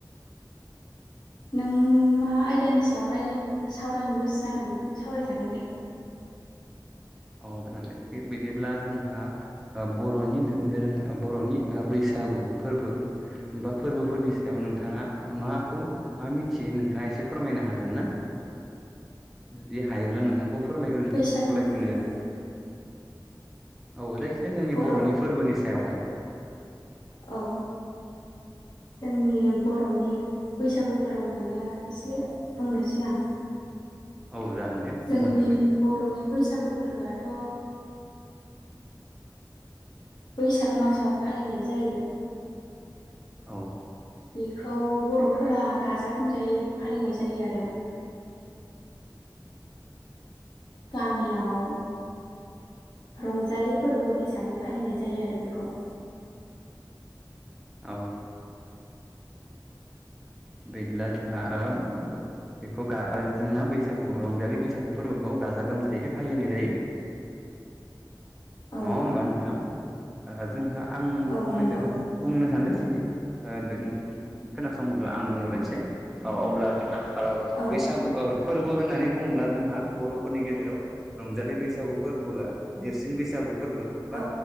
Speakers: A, on the left (about 65°); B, in the centre.
A: नों मा आयदानि सायाव रायलायनो? सावरायनो गोसो जादों बेखौनो सावरायजागोन दे।
B: औ जागोन दे थिग बिदिब्ला जोंहा ओ बर'नि दो-दोरों बर'नि ओ बैसा सागु फोरबो बा फोरबोफोरनि सायाव नोंथाङा माखौ मा मिथियो नोंथाङा? एसे फोरमायनो हागोन ना जुदि हायोब्ला नोंथांखौ फोरमायग्रोनो
A: बैसागु
B: खावलायग्रोनाय
A: फोरबोनि
B: जाबाय। औ जायखिजाया जोंनि
A: बर'
B: बर'नि फोरबोनि सायावहाय।
A: औ। जोंनि बर'नि बैसागु फोरबोखौनो एसे बुंनोसै आं।
B: <inaudible> जागोन दे बुंबानो
A: जोंनि
B: जाबाय
A: बर'नि बैसागु फोरबोआथ' बैसाग मासाव फालिनाय जायो।
B: औ।
A: बेखौ बर'फोरा गाजा गोमजायै फालिनाय जायो आरो। गामियाव। रंजालि फोरबो हिसाबै फालिनाय जायो आरो बेखौ।
B: औ। बिदिब्ला जोंहा ओ बेखौ गा जोंना बैसागु रंजालि बैसागु फोरबोखौ गाजा गोमजायै फालिनाय जायो।
A: औ
B: नङा होमबा नोंथां ओ जोंहा आं
A: औ
B: फंनैसो
A: नंगौ
B: खोथा बुंनो सानदों जुदि ओ नोंथां खोनासङोब्ला आं बुंग्रोनसै अब्ला ओ जों
A: औ
B: बैसागु ओ फोरबो होननानै बुङोब्ला जोंहा बर'फोरनि गेजेराव रंजालि बैसागु फोरबोआ देरसिन बैसागु। फोरबो
A: औ
B: बा